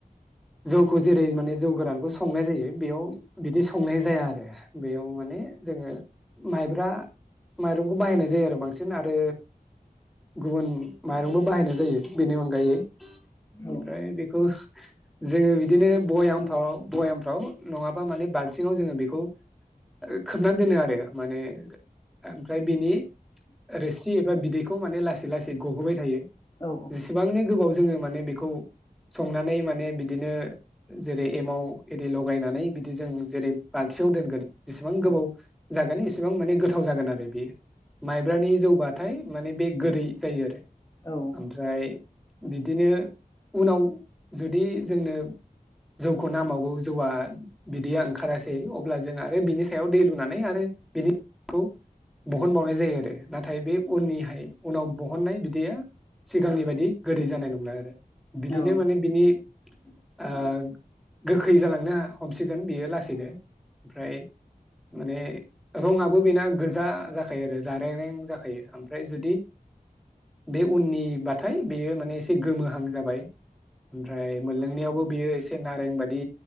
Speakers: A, in the centre; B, on the left (about 20°).
A: जौखौ जेरै माने जौ गोरानखौ संनाय जायो बेयाव बिदि संनाय जाया आरो बेयाव माने जोङो माइब्रा माइरंखौ बाहायनाय जायो आरो बांसिन आरो गुबुन माइरंबो बाहायनाय जायो बेनि अनगायै
B: औ
A: ओमफ्राय बेखौ जोङो बिदिनो बयामफ्राव बयामफ्राव नङाबा माने बालथिङाव जोङो बेखौ ओ खोबनानै दोनो आरो माने ओमफ्राय बिनि रोसि एबा बिदैखौ माने लासै लासै गहोबाय थायो।
B: औ
A: जेसेबांनो गोबाव जोङो माने बेखौ संनानै माने बिदिनो जेरै एमाव एरि लगायनानै बिदि जों जेरै बालथियाव दोनगोन जेसेबां
B: औ
A: गोबाव जागोन एसेबां माने गोथाव गोथाव जागोन आरो बे माइब्रानि जौ बा नाथाय माने बे गोदै जायो आरो
B: औ
A: ओमफ्राय बिदिनो उनाव जुदि जोंनो जौखौ नांबाववो जौआ बिदैया ओंखारासै अब्ला जों आरो बिनि सायाव दै लुनानै आरो बिदि खौ बहनबावनाय जायो आरो नाथाय बे उननिहाय उनाव बहननाय बिदैया सिगांनि बादि गोदै जानाय नंला आरो बिदिनो
B: औ
A: माने बिनि ओ गोखै जालांनो हमसिगोन बियो लासैनो ओमफ्राय माने रङा <unintelligible> गोजा जाखायो आरो जारेंरें जाखायो ओमफ्राय जुदि बे उननिबाथाय बेयो माने एसे गोमोहां जाबाय। ओमफ्राय मोनलोंनायावबो बेयो ए से नारें बादि